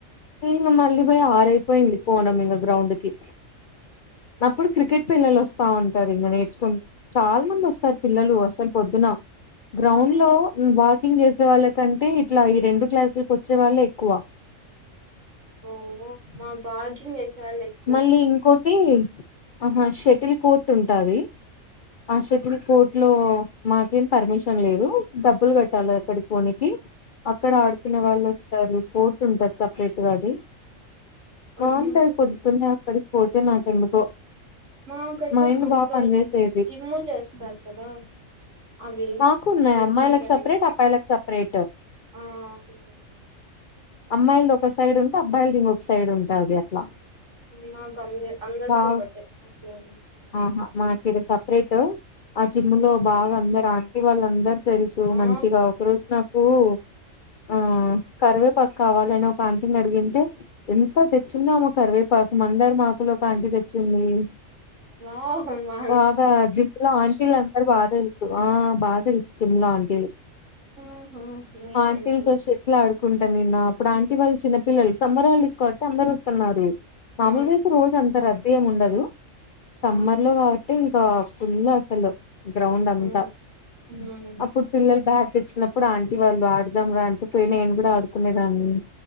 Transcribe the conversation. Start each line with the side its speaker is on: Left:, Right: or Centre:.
Left: ఇంగ మళ్ళీ పోయి ఆరైపోయింది
Right: అయ్యో
Left: పోవడం ఇంగ గ్రౌండ్కి అప్పుడు క్రికెట్ పిల్లలు వస్తా ఉంటరు ఇంక నేర్చుకుని చాలా మంది వస్తారు పిల్లలు అసలు పొద్దున గ్రౌండ్లో వాకింగ్ చేసే వాళ్ళకంటే ఇట్లా ఈ రెండు క్లాసులకు వచ్చే వాళ్ళే ఎక్కువ
Right: ఓహో మాకు పార్కింగ్ చేసే వాళ్ళే ఎక్
Left: మళ్ళీ ఇంకోటి ఆ షటిల్ కోర్ట్ ఉంటది ఆ షెటిల్ కోర్టు లో మాకేం పర్మిషన్ లేదు డబ్బులు కట్టాలి అక్కడికి పోనీకి అక్కడ ఆడుకునే వాళ్ళు వస్తారు కోర్టు ఉంటది సపరేట్గా అది
Right: అట్లుంటే
Left: బాగుంటాది పొద్దునే అక్కడికి పోతే నాకెందుకో
Right: మాకైతే
Left: మైండ్
Right: గ్రౌండ్
Left: బాగా
Right: లో
Left: పనిచేసేది
Right: ఇవి జిమ్ చేస్తారు కదా అవి
Left: మాకు ఉన్నాయి
Right: పెట్టింటారు
Left: అమ్మాయిలకు సెపరేట్ అబ్బాయిలకు సెపరేట్
Right: ఆ అవును
Left: అమ్మాయిలది ఒక సైడ్ ఉంటే అబ్బాయిలది ఇంకొక సైడ్ ఉంటది అట్లా
Right: నాకు అంద అందరికి
Left: బా
Right: ఒకటే అట్లా
Left: ఆహా మనకి ఇది సెపరేట్ ఆ జిమ్
Right: మీరు
Left: లో బాగా అందరు ఆంటీ వాళ్ళందరు తెలుసు
Right: ఆ
Left: మంచిగా ఒక రోజు నాకు ఆ కరివే కరువేపాకు కావాలని ఒక ఆంటీ నీ అడిగింటే ఎంత తెచ్చిందో ఆమె కరివేపాకు మందారమాకులు ఒక ఆంటీ తెచ్చింది
Right: వావ్ మా
Left: బాగా జిమ్లా ఆంటీలు అందరూ పాసిం ఆ బాగా ఇష్టంలో ఆంటీలు
Right: ఆహా మీరైతే
Left: ఆంటీల్తో షె సెటిల్ ఇట్లాడుకుంటా నేను అప్పుడు ఆంటీ వాళ్ళు చిన్న పిల్లలు సమ్మర్ హాలిడేస్ కాబట్టి అందరు వస్తున్నారు మామూలుగా
Right: ఆ
Left: అయితే రోజు అంత రద్దీ ఏమ్ ఉండదు సమ్మర్
Right: ఆహా
Left: లో కాబట్టి ఇంకా ఫుల్ అసలు గ్రౌండ్ అంతా
Right: అవును ఉమ్,
Left: అప్పుడు పిల్లల బ్యాగ్ తెచ్చినప్పుడు ఆంటీ వాళ్ళు ఆడదాం రా అంటే పోయి నేను కూడా ఆడుకునేదాన్ని